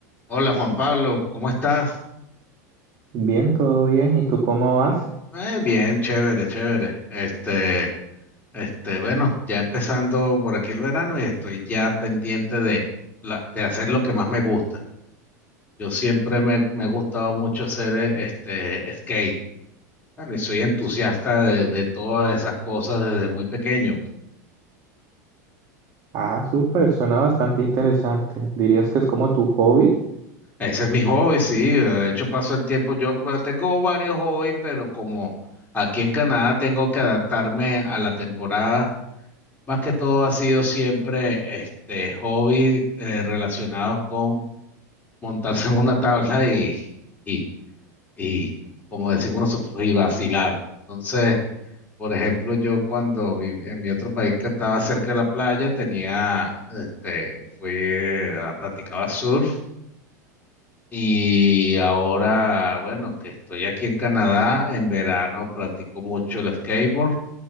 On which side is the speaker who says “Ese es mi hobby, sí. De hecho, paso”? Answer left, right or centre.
Left